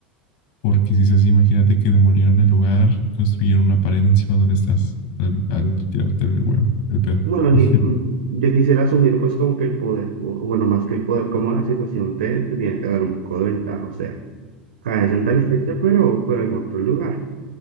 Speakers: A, on the left; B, on the right.
A: Porque si es así, imagínate que demolieron el lugar, construyeron una pared encima donde estás al, al tirarte el huevo, el pedo.
B: Bueno,
A: <laughs>
B: y, mm, yo quisiera asumir pues como que el poder, o o bueno, más que el poder, como la situación te, te tiene que dar un poco de ventaja, o sea, caes en tal fecha, pero, pero en otro lugar.